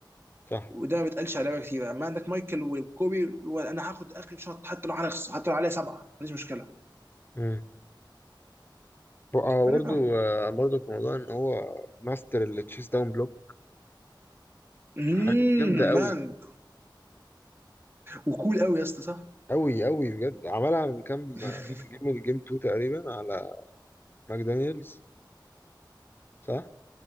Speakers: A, on the left (about 25°); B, on the right (about 30°).
A: صح
B: وده ما بيتقالش على لعيبه كتير اما عندك مايكل وكوبي اللي هو انا هاخد اخر شوط حتى لو هنخسر حتى لو عليا سبعه ما عنديش مشكله
A: امم بقى
B: فيا.
A: برضه آه، برضه برضه في موضوع ان هو ماستر التشيس داون بلوك
B: اممم
A: حاجات جامده قوي
B: مان وكول قوي يا اسطى صح
A: قوي قوي بجد عملها من كام
B: <laughs>
A: آه، جيم الجيم 2 تقريبا على ماكدانيلز صح